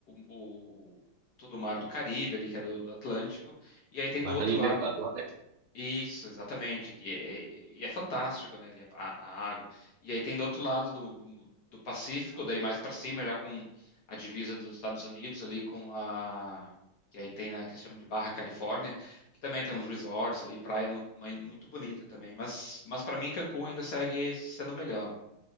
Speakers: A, on the left; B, on the right.
A: o- o- todo o mar do Caribe ali, que é do, do Atlântico, e aí tem
B: Mas
A: do outro
B: ali
A: lado.
B: no Equador, né?
A: Isso, exatamente. E é, e é fantástico, né? ali A, a água. E aí tem do outro lado do, do, do Pacífico, daí mais para cima, já com a divisa dos Estados Unidos ali com a que aí tem na que se chama de Barra Califórnia, que também tem uns resorts ali, praia muito, muito bonita também. Mas, mas para mim Cancún ainda segue sendo o melhor.